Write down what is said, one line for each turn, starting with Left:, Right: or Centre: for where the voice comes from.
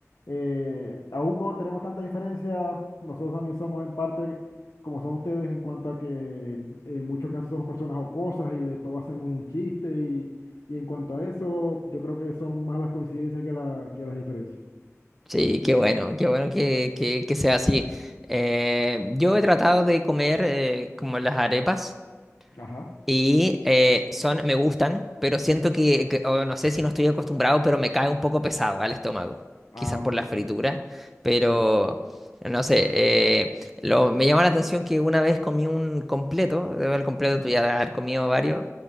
Left: eh, aún cuando tenemos tantas diferencias, nosotros también somos en parte como son ustedes en cuanto a que en muchos casos somos personas jocosas y de todo hacemos un chiste y, y en cuanto a eso, yo creo que son más las coincidencias que, la, que las diferencias.
Centre: Sí, qué bueno, qué bueno que, que, que sea así. Eh, yo he tratado de comer eh, como las arepas.
Left: Ajá.
Centre: Y eh, son, me gustan, pero siento que, que- o no sé si no estoy acostumbrado, pero me cae un poco pesado al estómago.
Left: Ah,
Centre: Quizás por
Left: puede
Centre: la
Left: ser.
Centre: fritura, pero
Left: Sí.
Centre: no sé. eh, lo, me llama la atención que una vez comí un completo, debo el completo,
Left: Ujú,
Centre: tú ya debes haber comido varios,